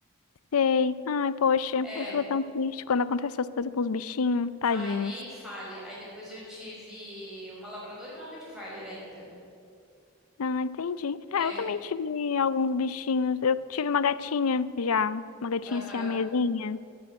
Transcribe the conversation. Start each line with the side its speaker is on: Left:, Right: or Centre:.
Left: sei. Ai, poxa,
Centre: É.
Left: eu fico tão triste quando acontecem essas coisas com os bichinhos, tadinhos.
Centre: Ai, nem fale. Aí depois eu tive uma labrador e uma Rottweiler ainda.
Left: Ah, entendi.
Centre: É.
Left: É, eu também tive alguns bichinhos. Eu tive uma gatinha já, uma gatinha
Centre: Aham.
Left: siamesinha.